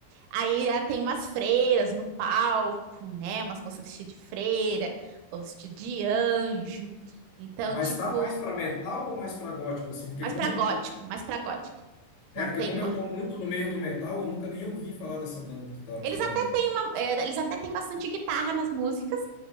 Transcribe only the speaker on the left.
Mas
tá mais para metal ou mais para gótico, assim? Porque
como...
É,
porque
como
eu tô muito no meio do metal, eu nunca nem ouvi falar dessa banda que tu tá
falando
aí.